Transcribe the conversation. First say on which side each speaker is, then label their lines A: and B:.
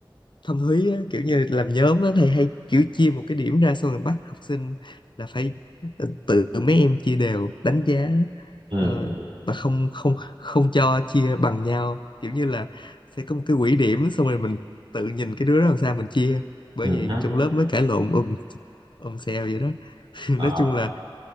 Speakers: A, on the left (about 60°); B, on the right (about 85°).
A: Thâm Thúy á, kiểu như làm nhóm á, thầy hay kiểu chia một cái điểm ra xong rồi bắt học sinh là phải ờ, tự mấy em chia đều đánh giá
B: ừ,
A: ờ, và không không không cho chia bằng nhau kiểu như là sẽ có một cái quỹ điểm xong rồi mình tự nhìn cái đứa đó làm sao mình chia bởi
B: ừ,
A: vậy
B: hứ.
A: trong lớp mới cãi lộn ùm ùm xèo vậy đó <laughs>
B: Ờ,
A: nói chung là